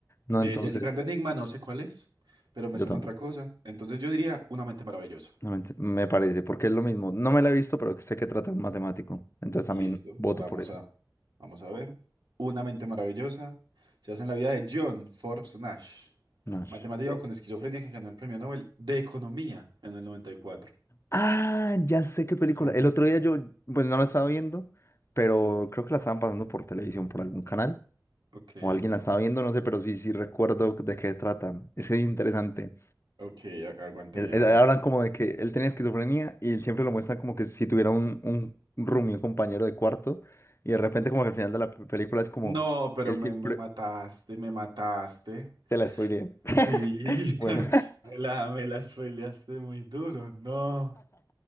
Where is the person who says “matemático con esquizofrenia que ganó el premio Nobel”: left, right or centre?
Right